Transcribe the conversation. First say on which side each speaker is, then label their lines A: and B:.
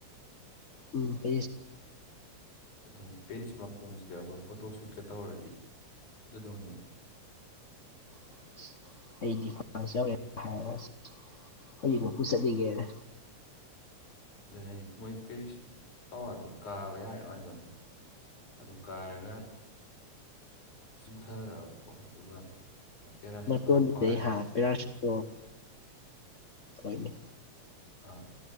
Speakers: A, on the left; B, on the left.
A: ꯎꯝ <inaudible>
B: ꯑꯗꯨꯅꯤ ꯄꯦꯔꯤꯁ ꯃꯈꯣꯡꯖꯤꯗ ꯑꯩꯈꯣꯏ ꯐꯣꯇꯣ ꯁꯨꯠꯀ ꯇꯧꯔꯗꯤ ꯐꯖꯗꯧꯅꯦꯕ
A: <inaudible> ꯑꯩꯗꯤ <unintelligible> ꯌꯧꯔꯦ ꯍꯥꯏꯔ ꯍꯧꯖꯤꯛꯃꯛꯄꯨꯄꯨ ꯆꯠꯅꯤꯠꯉꯛꯑꯦꯗ
B: ꯑꯗꯨ ꯑꯩ ꯃꯣꯏ ꯄꯦꯔꯤꯁ ꯇꯥꯋꯥꯔꯗꯨꯣ ꯀꯥꯕ ꯌꯥꯔ ꯍꯥꯏꯗꯅꯦ ꯑꯗꯨ ꯀꯥꯔꯒ ꯆꯨꯡꯊꯔꯛꯑꯕꯀꯣ ꯑꯗꯨꯒ ꯄꯦꯔꯥꯁꯨꯠ
A: ꯃꯇꯣꯟꯗꯨꯗꯩ
B: ꯇꯧꯔ ꯄꯥꯏꯔꯕ
A: ꯍꯥ ꯄꯦꯔꯥꯥꯁꯨꯇ ꯇꯧꯔ ꯍꯣꯏꯅꯦ
B: ꯑꯥ